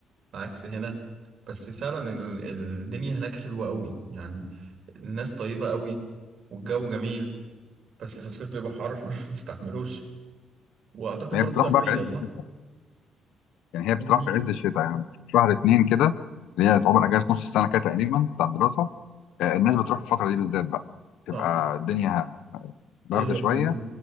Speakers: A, on the right; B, on the left.
A: عكس هنا بس فعلا ال- الدنيا هناك حلوة قوي يعني الناس طيبة قوي والجو جميل بس في الصيف بيبقى حر <laughs> ما تستحملوش وأعتقد
B: هي
A: برضو
B: بتطرح
A: فيها
B: بقى
A: مية
B: في عز
A: صح؟
B: يعني هي
A: في
B: بتطرح
A: نيل،
B: في عز الشتاء يعني في شهر اتنين كده اللي هي تعتبر اجازه نص السنه كده تقريبا بتاع الدراسه آه الناس بتروح في الفتره دي بالذات بقى
A: صح
B: تبقى الدنيا بارده
A: تهرب
B: شويه
A: من